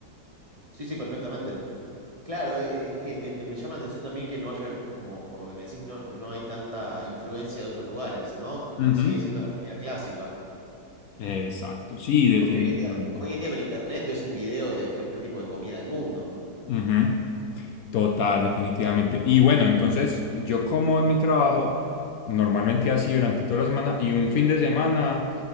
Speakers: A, on the right (about 25°); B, on the left (about 70°).
A: Sí, sí, perfectamente. Claro, e- e, es que me, me- me llama la atención también que no haya, como por lo que me decís, no, no hay tanta influencia de otros lugares, ¿no? Como
B: Ujú.
A: que sigue siendo la comida clásica.
B: Exacto, sí, definitivamente.
A: Porque hoy en día, hoy en día con internet ves un video de cualquier tipo de comida del mundo.
B: Ujú. Total, definitivamente. Y bueno, entonces yo como en mi trabajo normalmente así durante toda la semana y un fin de semana